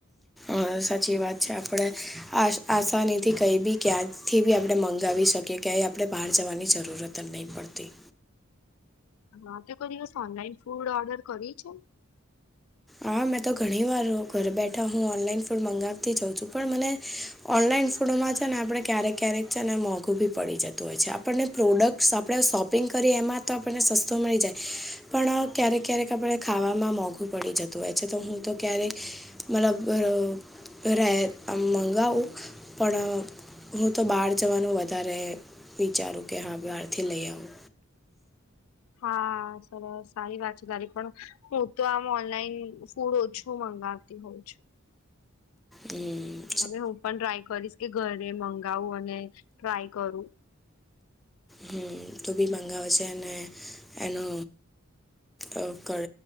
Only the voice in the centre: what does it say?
અ સાચી વાત છે આપણે આ આસાનીથી કઈ બી ક્યાંથી બી આપણે મંગાવી શકે. ક્યાંય આપણે બહાર જવાની જરૂરત જ નહીં પડતી.
હા મેં તો ઘણી વાર ઘર બેઠા હું ઓનલાઈન ફૂડ મંગાવતી જાઉં છું પણ મને, ઓનલાઈન ફુડ માં છે ને આપણે ક્યારેક ક્યારેક છે ને મોંઘું ભી, પડી જતું હોય છે, આપણને પ્રોડક્ટ્સ આપણે શોપિંગ કરીએ એમાં તો આપણને સસ્તો મળી જાય, પણ ક્યારેક ક્યારેક આપણે ખાવામાં મોંઘું પડી જતુ તો છે તો હું તો ક્યારેક મતલબ ઘ ઘરે આમ મંગાવું, પણ, હું તો બહાર જવાનું વધારે વિચારું કે હા બહારથી લઈ આવું.
હું.
હમ તો બી મંગાવ જે ને એનો અ કર,